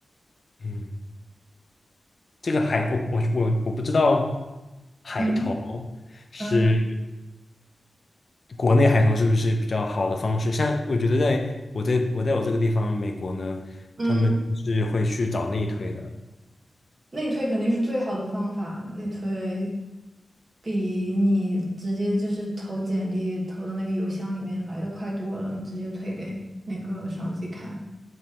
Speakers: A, on the left; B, on the right.
A: 嗯，这个海，我我我我不知道海投是
B: 嗯嗯
A: 国内海投是不是比较好的方式？像我觉得在我在我在我这个地方美国呢，
B: 嗯。
A: 他们是会去找内推的，
B: 内推肯定是最好的方法，内推比你直接就是投简历投到那个邮箱里面来的快多了，你直接推给那个上级看。